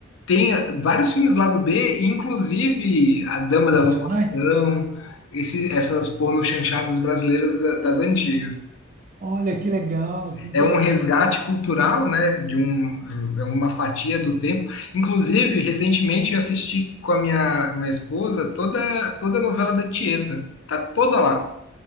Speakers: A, on the left; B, on the right.
A: tem vários filmes lá do B, inclusive A Dama da
B: Nacionais?
A: Lotação, esse, essas porno chanchadas brasileiras eh, das antigas.
B: Olha, que legal, que interessante,
A: É um resgate cultural, né, de um, é uma fatia do tempo. Inclusive, recentemente eu assisti com a minha, minha esposa toda, toda a novela da Tieta, tá toda lá.